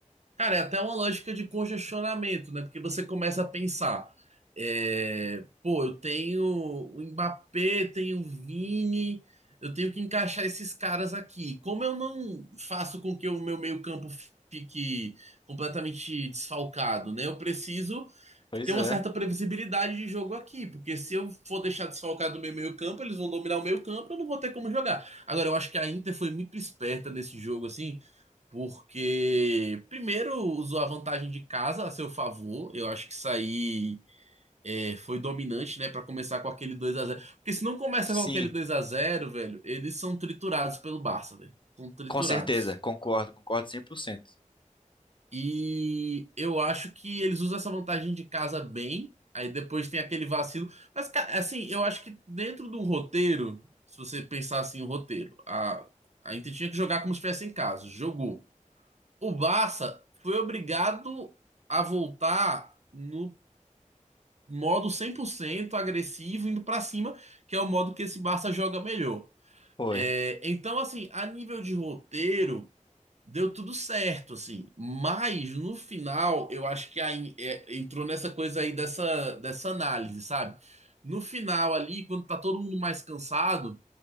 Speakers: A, on the right; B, on the left.
A: Cara, é até uma lógica de congestionamento, né? Porque você começa a pensar, é, pô, eu tenho o Mbappé, tenho o Vini, eu tenho que encaixar esses caras aqui. Como eu não faço com que o meu meio-campo fique completamente desfalcado, né? Eu preciso
B: Pois
A: ter uma
B: é.
A: certa previsibilidade de jogo aqui, porque se eu for deixar desfalcado o meu meio-campo, eles vão dominar o meio-campo, eu não vou ter como jogar. Agora, eu acho que a Inter foi muito esperta nesse jogo, assim porque, primeiro, usou a vantagem de casa a seu favor. Eu acho que isso aí é, foi dominante, né? Pra começar com aquele dois a zero Porque se não começa
B: Sim,
A: com aquele dois a zero velho, eles são triturados pelo Barça, velho. São triturados.
B: Com certeza, concordo, concordo cem por cento
A: E eu acho que eles usam essa vantagem de casa bem. Aí depois tem aquele vacilo. Mas, cara, assim, eu acho que dentro de um roteiro, se você pensar assim, o roteiro, a, a Inter tinha que jogar como se estivesse em casa. Jogou. O Barça foi obrigado a voltar no modo 100% agressivo, indo pra cima, que é o modo que esse Barça joga melhor.
B: Foi.
A: É, então, assim, a nível de roteiro, deu tudo certo, assim. Mas, no final, eu acho que aí, é, entrou nessa coisa aí dessa, dessa análise, sabe? No final ali, quando tá todo mundo mais cansado,